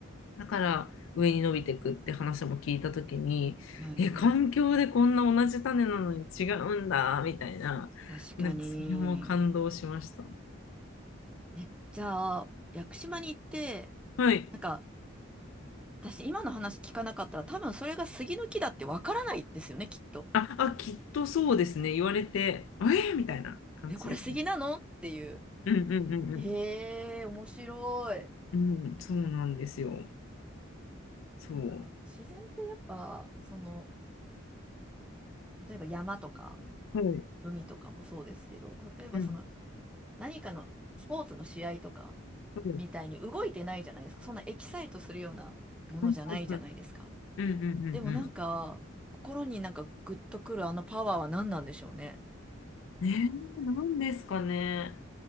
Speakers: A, on the left (about 75°); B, in the centre.
A: だから上に伸びていくって話も聞いた時にえ環境でこんな同じ種なのに違うんだみたいななんかそれも感動しました。
B: はいはい。確かに。え、じゃあ、屋久島に行って、
A: はい
B: なんか、私今の話聞かなかったら多分それが杉の木だってわからないですよね、きっと。
A: あ、あ、きっとそうですね。言われて、あえーみたいな感じですね。
B: え、これ杉なのっていう。
A: うんうんうんうん。
B: へえー、面白い。
A: うん、そうなんですよ。そ
B: なんか、自然ってやっぱ、その、例えば山とか
A: う。はい。
B: 海とかもそうですけど、例えばその、
A: うん。
B: 何かのスポーツの試合とか
A: はい。
B: みたいに動いてないじゃないですか。そんなエキサイトするようなものじゃないじゃないですか。
A: はいはいはいうんうんうんうん。
B: でもなんか、心になんかグッとくるあのパワーは何なんでしょうね。
A: ねえ、なんですかね。